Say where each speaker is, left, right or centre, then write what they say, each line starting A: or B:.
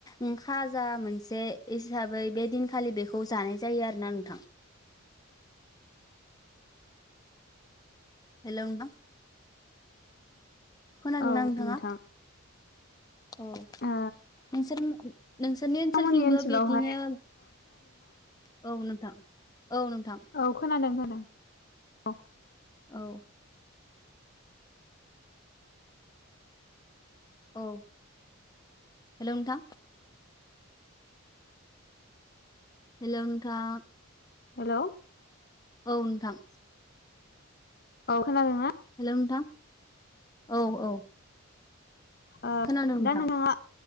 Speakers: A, on the left (about 15°); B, on the left (about 45°).
A: उम खाजा मोनसे हिसाबै बे दिनखालि बेखौ जानाय जायो आरोना नोंथां। हेल' नोंथां। खोनादोंना
B: औ
A: नोंथाङा?
B: नोंथां
A: औ।
B: ओ
A: नोंसोर नोंसोरनि
B: नोंथांमोननि
A: ओनसोलथिंबो
B: ओनसोलावहाय
A: बिदिनो औ नोंथां। औ नोंथां
B: औ खोनादों खोनादों औ।
A: औ औ हेल' नोंथां। हेल' नोंथां।
B: हेल'
A: औ नोंथां।
B: औ खोनादों ना?
A: हेल' नोंथां औ औ।
B: ओ
A: खोनादों नोंथां
B: दा नोंथाङा